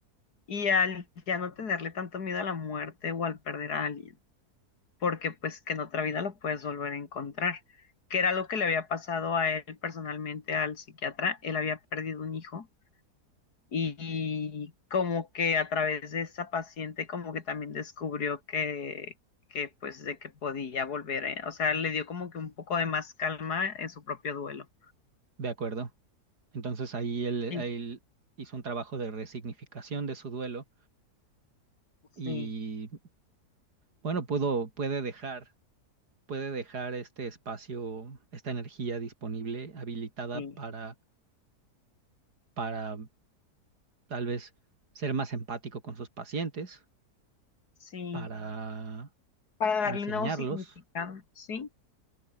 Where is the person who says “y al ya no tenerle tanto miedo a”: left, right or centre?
Left